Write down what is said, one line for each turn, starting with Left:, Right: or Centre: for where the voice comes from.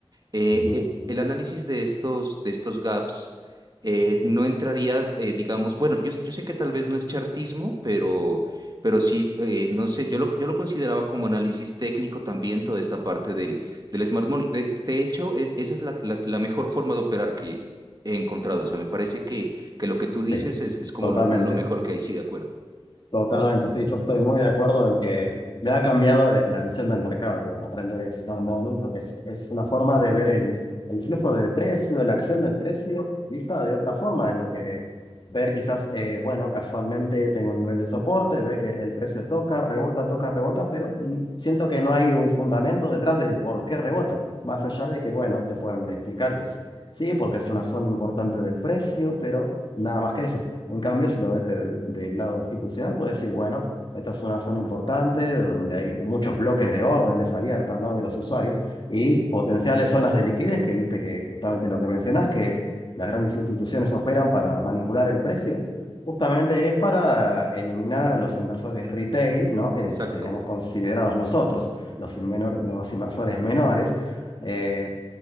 Right: Eh,
Left: Ujú,
Right: eh, el análisis de estos, de estos gaps eh, no entraría, eh, digamos, bueno, yo, yo sé que tal vez no es chartismo, pero, pero sí, eh, no sé, yo lo, yo lo consideraba como análisis técnico también toda esta parte del, del smart money. De, de hecho, e- esa es la, la- la mejor forma de operar que he encontrado. O sea, me parece que, que lo que tú dices
Left: Sí,
Right: es, es como
Left: totalmente.
Right: lo, lo mejor que hay, sí, de acuerdo.
Left: Totalmente, sí, yo estoy muy de acuerdo en que me ha cambiado el- la visión del mercado, aprender a estar mono, porque es, es una forma de ver el, el flujo del precio, la acción del precio, vista de otra forma, en lo que ver quizás, eh, bueno, casualmente tengo un nivel de soporte, ve que el precio toca, rebota, toca, rebota, pero mm, siento que no hay un fundamento detrás del por qué rebota, más allá de que, bueno, te pueden explicar que es, sí, porque es una zona importante del precio, pero nada más que eso. En cambio, si lo ves de- del lado institucional, puedes decir, bueno, esta es una zona importante donde hay muchos bloques de órdenes abiertas, ¿no? de los usuarios y potenciales zonas de liquidez, que viste que justamente lo que mencionás, que las grandes instituciones operan para manipular el precio, justamente es para eliminar a los inversores retail, ¿no?
Right: Exacto.
Left: que seríamos considerados nosotros, los, invenor- los inversores menores. eh,